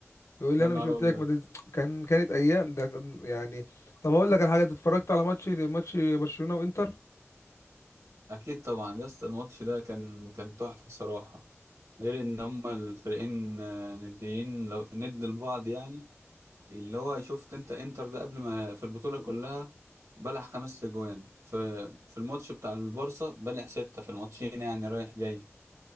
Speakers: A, on the left; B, on the right.
A: يقول لي
B: يا
A: انا
B: نهار
A: مش قلت
B: ابيض
A: لك ما تنزل كان كانت ايام ده يعني طب هقول لك على حاجه أنت اتفرجت على ماتش ماتش برشلونه وانتر
B: اكيد طبعا يا اسطى الماتش ده كان كان تحفة صراحة غير ان هما الفريقين آه، نديين لو- ند لبعض يعني اللي هو شفت انت انتر ده قبل ما في البطولة كلها بلع خمس اجوان في في الماتش بتاع البارسا بلع ستة في الماتشين يعني رايح جاي